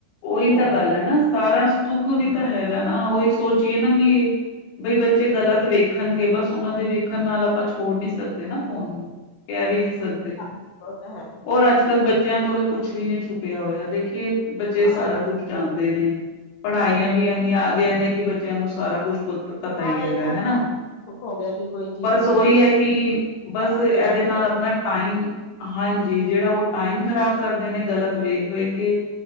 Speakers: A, on the left; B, on the left.
A: ਉਹੀ
B: ਉਹ
A: ਤਾਂ ਗੱਲ
B: ਏ
A: ਹੈ, ਨਾ ਸਾਰਾ ਸੁੱਖ ਵੀ ਤਾਂ
B: ਹਾਂ
A: ਹੈਗਾ ਨਾ, ਉਹ ਸੋਚੀਏ ਨਾ। ਬਈ ਬੱਚੇ ਗਲਤ ਵੇਖਣਗੇ, ਬਸ ਉਹਨਾਂ ਦੇ ਵੇਖ ਣ ਨਾਲ ਆਪਾਂ ਛੋੜ ਨੀ ਸਕਦੇ ਨਾ। ਫੋਨ ਕਹਿ ਵੀ ਨੀ ਸਕਦੇ
B: ਹਾਂਜੀ ਉਹ ਤਾਂ ਹੈ
A: ਔਰ਼਼, ਅੱਜ ਕੱਲ ਬੱਚਿਆਂ ਕੋਲ ਕੁਛ ਵੀ ਨਹੀਂ ਛੁਪਿਆ ਹੋਇਆ ਦੇਖੀਏ ਬ
B: ਹਾਂ
A: ਸਾਰਾ, ਕੁੱਝ ਜਾਂਦਾ। ਹੁੰਦੇ ਨ। ਪੜ੍ਹਾਈਆਂ
B: ਹਾਂਜੀ
A: ਵੀ
B: ਉਹ
A: ਇਨੀਆਂ ਆ ਗਈਆਂ ਨੇ ਕਿ ਬੱਚ ਬੱਚਿਆਂ ਨੂੰ ਸਾਰਾ ਕੁੱਛ ਪਤਾ ਹੀ
B: ਹਾਂ
A: ਹੈਗਾ
B: ਇਹ ਤਾਂ
A: ਹੈਨਾ
B: ਹੈ ਹੀ। ਸੁੱਖ ਹੋ ਗਿਆ ਕਿ ਕੋਈ ਚੀਜ਼
A: ਬਸ
B: ਦੇਖ
A: ਉਹੀ ਹੈ, ਕਿ ਬਸ
B: ਫੋਨ
A: ਇਹਦੇ
B: ਚ ਕੱਢ
A: ਨਾਲ
B: ਲੈਂਦੇ
A: ਆਪਣਾ ਟਾਈਮ ਹਾਂਜੀ ਜਿਹੜਾ ਉਹ ਟਾਈਮ ਖ਼ਰਾਬ ਕਰਦੇ ਨੇ ਗਲਤ ਵੇਖ -ਵੇਖ ਕੇ